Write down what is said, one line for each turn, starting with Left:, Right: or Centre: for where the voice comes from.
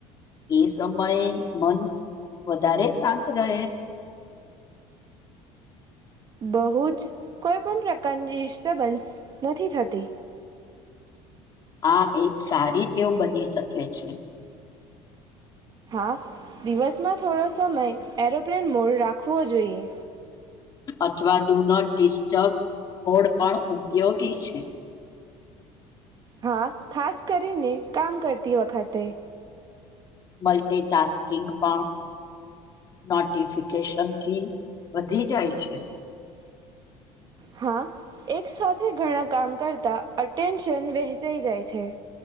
Left: એ સમયે મન વધારે શાંત રહે
Right: બહુ જ કોઈપણ પ્રકારની ડિસ્ટર્બન્સ નથી થતી.
Left: આ એક સારી ટેવ બની શકે છે.
Right: હા દિવસમાં થોડો સમય એરોપ્લેન મોડ રાખવો જોઈએ.
Left: અથવા ડુ નોટ ડિસ્ટર્બ મોડ પણ ઉપયોગી છે.
Right: હા ખાસ કરીને કામ કરતી વખતે
Left: મલ્ટીટાસ્કીિંગ પણ નોટિફિકેશન થી વધી જાય છે.
Right: હા, એક સાથે ઘણા કામ કરતા અટેન્શન વહેંચાઈ જાય છે.